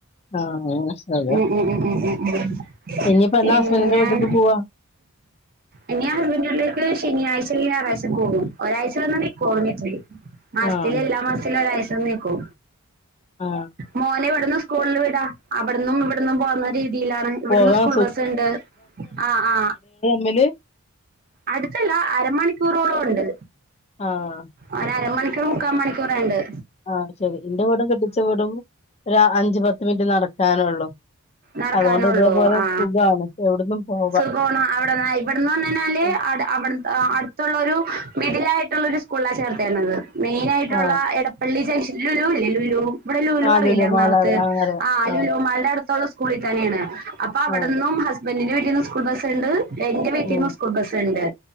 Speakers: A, on the left (about 30°); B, on the right (about 40°).
A: ആഹ് മാഷാഅള്ളാ
B: ഉം ഉം ഉം ഉം ഉം ഉം ഉം.
A: ഇനിയിപ്പോ
B: പിന്നെ--ഞാൻ
A: എന്നാ ഹസ്ബൻഡിന്റെ വീട്ടിക്ക് പോവാ
B: ഇനി ആ വീട്ടിലേക്ക് ശനിയാഴ്ച അല്ലെങ്കി ഞാറാഴ്ച്ച പോകും. ഒരാഴ്ച വന്ന് നിക്കുവൊള്ളൂവീട്ടി. മാസത്തില്,
A: ആഹ്
B: എല്ലാ മാസത്തിലും ഒരാഴ്ച വന്നു നിക്ക്വ?
A: ആഹ്
B: മോനെ വി വിടുന്നും സ്കൂളിൽ വിടാ, അവിടുന്നും ഇവിടുന്നും പോകുന്ന രീതി തിയിലാണ് ഇവിടുന്ന്
A: പോകാൻ
B: സ്കൂൾ ബസ് എണ്ട്. ആ ആ.
A: മില്
B: അടുത്തല്ല അരമണിക്കൂറോളം ഉണ്ട്.
A: ആഹ്
B: ഒരരമണിക്കൂർ മുക്കാ മണിക്കൂറൊണ്ട്.
A: ആ ശരി, ന്റെ വീടും കെട്ടിച്ച വീടും ഒരു അഞ്ചു പത്ത് പത്ത് മിൻറ്റ് നടക്കാനേള്ളു
B: നടക്കാനുള്ളൂ
A: അതുകൊണ്ട് ഇതേപോലെ
B: ആ
A: സുഖാണ്. എവിടുന്നും പോകാം.
B: സുഖാണ്, അവിടെന്ന് ഇവിടെന്ന് പറഞ്ഞു കഴിഞ്ഞാല്
A: ആഹ്.
B: ആ അടെ അവിടു അടു ത്തുള്ളൊരു മിഡിൽ ആയിട്ടുള്ള ഒരു സ്കൂളിലാ ചേർത്തേക്കണത് മെയിനായിട്ടുള്ള
A: ആ
B: എടപ്പള്ളി ജംഗ്ഷ ലുലു ഇല്ലേ ലുലു ഇവിടെ ലുലു
A: ആ
B: അറിയില്ലേ എറണാകൊളത്ത്?
A: മാളറി അറിയാം.
B: ആ ലുലു
A: ആഹ്
B: മാളിന്റെ അടുത്തൊള്ള സ്കൂളിൽ തന്നെയാണ്. അപ്പൊ അവിടെന്നും
A: ആഹ്
B: ഹസ് ബന്റിന്റെ വീട്ടീന്നും സ്കൂൾ ബസ് ഉണ്ട്. എന്റെ വീട്ടീന്നും
A: ഉം.
B: സ്കൂൾ ബസ് ഉണ്ട്.